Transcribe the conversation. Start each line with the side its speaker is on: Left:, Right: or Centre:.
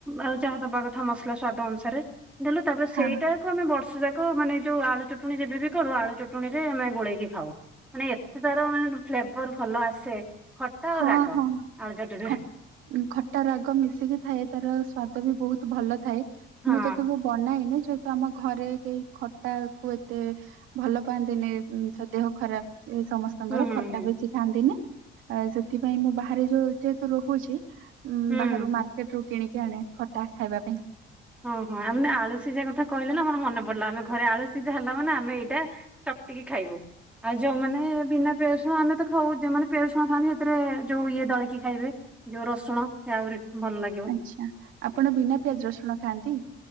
Centre: ଆ ଯାହା ଦବା କଥା ମସଲା ସ୍ବାଦ ଅନୁସାରେ ଦେଲେ ତାପରେ ସେଇଟାକୁ
Right: ହଁ
Centre: ଆମେ ବର୍ଷ ଯାକ ମାନେ ଯୋଉ ଆଳୁ ଚଟଣି ଯେବେ ବି କରୁ ଆଳୁ ଚଟଣିରେ ଆମେ ଗୋଳେଇକି ଖାଉ। ମାନେ ଏତେ ତାର ମାନେ <unintelligible> ଫ୍ଲେବର ଭଲ ଆସେ ଖଟା
Right: ହଁ
Centre: ଆଉ ରାଗ
Right: ହଁ
Centre: ଆଳୁ ଚଟୁଣିରେ
Right: ଖ ଖଟା ରାଗ ମିଶିକି ଥାଏ ତାର ସ୍ବାଦ ବି ବହୁତ୍ ଭଲ। ଥାଏ
Centre: ହଁ
Right: ମୁଁ ତ କେବେ ବନାଏନି ଯେହେତୁ ଆମ ଘରେ କେହି ଖଟାକୁ ଏତେ ଭଲ ପାଆନ୍ତିନି <unintelligible> ଦେହ ଖରାପ୍ ସମସ୍ତଙ୍କର
Centre: ହୁଁ ହୁଁ
Right: ଖଟା
Centre: ହୁଁ
Right: ବେଶୀ ଖାଆନ୍ତିନି। ଆ ସେଥିପାଇଁ ମୁଁ ବାହାରେ ଯୋଉ ଯେହେତୁ ରହୁଛି
Centre: ହୁଁ
Right: ବାହାରୁ ମାର୍କେଟରୁ କିଣିକି ଆଣେ ଖଟା ଖାଇବା ପାଇଁ।
Centre: ହଁ ହଁ ଆମେ ଆଳୁ ସିଜା କଥା କହିଲେ ନା ମୋର ମନ ପଡିଲା ଆମେ ଘରେ ଆଳୁ ସିଜା ହେଲା ମାନେ ଆମେ ଏଇଟା ଚକ୍ଟିକି ଖାଇବୁ। ଆଉ ଯୋଉମାନେ ବିନା ପିଆଜରସୁଣ ଆମେ ତ ଖାଉ ଯଉମାନେ ପିଆଜରସୁଣ ଖାଆନ୍ତି ସେଥିରେ ଯୋଉ ଇଏ ଦଳିକି ଖାଇବେ। ଯୋଉ ରସୁଣ ସେ ଆହୁରି ଭଲ ଲାଗ
Right: ଆଛା ଆପଣ ବିନା ପିଆଜ ରସୁଣ ଖାଆନ୍ତି?